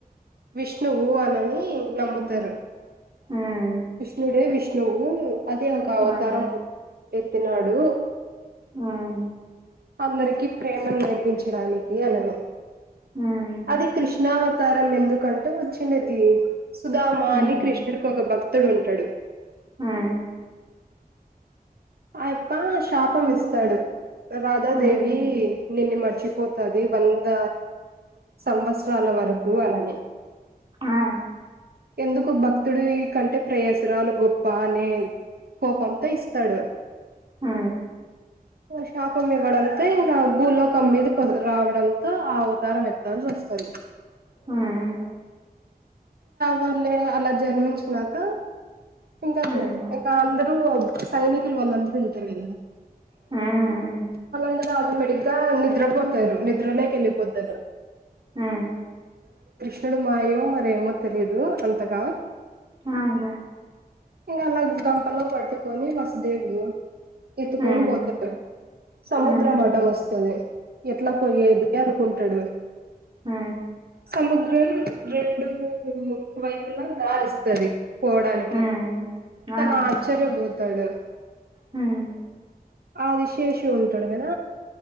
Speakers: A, on the right; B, on the right.
A: విష్ణువు అనని నమ్ముతారు
B: ఉమ్
A: కృష్ణుడే విష్ణువు అదే ఒక అవతారము
B: అందే
A: ఎత్తినాడు
B: ఉమ్
A: అందరికీ ప్రేమ నేర్పించడానికి అనేను
B: ఉమ్
A: అది కృష్ణావతారం ఎందుకంటే వచ్చిందిది సుధామా
B: హ్మ్.
A: అని కృష్ణుడికి ఒక భక్తుడు ఉంటాడు
B: ఆ
A: అయప్ప శాపం ఇస్తాడు రాధాదేవి
B: హ్మ్.
A: నిన్ను మర్చిపోతది వంద సంవత్సరాల వరకు అనని
B: ఆ!
A: ఎందుకు భక్తుడి కంటే ప్రయాసరాలు గొప్ప అనే కోపంతో ఇస్తాడు
B: ఆ
A: శాకం ఇవ్వడంతో ఇంకా భూలోకం మీది రావడంతో ఆ అవతారం ఎత్తాల్సి వస్తది వస్తది
B: హ్మ్.
A: వాళ్ళలే అలా జన్మించినాక ఇంకా
B: హ్మ్.
A: ఇంకా అందరూ సైనికులు వాళ్ళందరూ ఉంటారు కదా
B: హ్మ్.
A: వాళ్ళందరూ ఆటోమేటిక్గా నిద్రపోతారు నిద్రలోకి వెళ్ళిపోతారు
B: ఆ
A: కృణుడు మాయో మరేమో తెలీదు అంతగా
B: అవులే
A: ఇంకా అలా గంపలో పట్టుకొని వసుదేవుడు ఎత్తుకొని
B: హ్మ్.
A: పోతారు సముద్రము
B: హ్మ్.
A: అడ్డం వస్తది ఎట్లా పోయేది అనుకుంటాడు
B: ఆ
A: సముద్రం రెండు వైపులా దారిస్తది పోడానికి
B: హ్మ్.
A: తను
B: ఆ!
A: ఆశ్చర్యపోతాడు
B: హ్మ్.
A: ఆదిశేషు ఉంటాడు కద